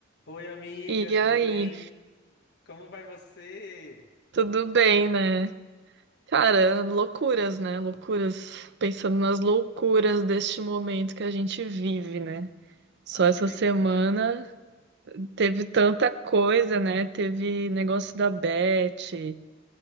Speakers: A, on the left (about 60°); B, on the right (about 60°).
A: Oi, amiga,
B: E
A: tudo
B: aí,
A: bem? Como vai você?
B: tudo bem, né? Cara, loucuras, né? Loucuras. Pensando nas loucuras deste momento que a gente vive, né? Só
A: Ai,
B: essa
A: sempre,
B: semana
A: né?
B: teve tanta coisa, né? Teve negócio da Beth.